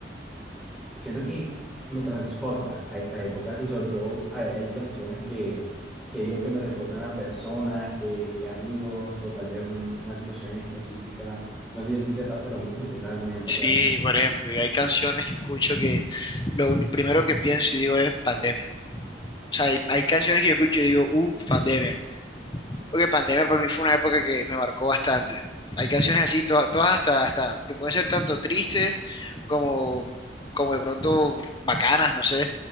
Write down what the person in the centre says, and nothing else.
siento que me transporta a esas épocas y sobre todo hay, hay canciones que, que digo que me recuerdan a personas, que, que amigos o tal vez un- una situación en específica. No sé si a ti te pasa lo mismo y tengas algún ejemplo
que darme.